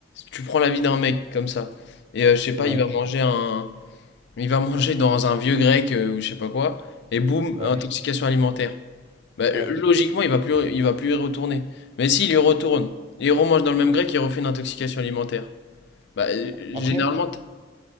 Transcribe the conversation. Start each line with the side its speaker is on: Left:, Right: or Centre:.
Left: Tu prends la vie d'un mec comme ça. Et euh, je sais pas,
Right: Ouais,
Left: il va manger un... Il va manger dans un vieux grec euh, ou je sais pas quoi. Et boum,
Right: ouais,
Left: intoxication alimentaire. Bah,
Right: ouais.
Left: euh, logiquement, il va plus, il va plus y retourner. Mais s'il y retourne, il remange dans le même grec, il refait une intoxication alimentaire. Bah, euh,
Right: Après,
Left: généralement, t-